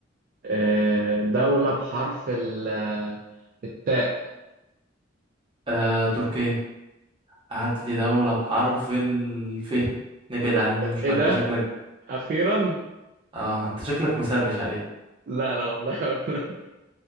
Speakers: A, on the right (about 45°); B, on the right (about 25°).
A: آه دولة بحرف ال- آه، التاء
B: آه تركيا هات لي دولة بحرف الف نبعد عن
A: آه،
B: النون شوية
A: ايه ده؟
B: أنت شكلك
A: أخيرا؟
B: آه أنت شكلك مسرش عليها
A: لا لا والله <laughs>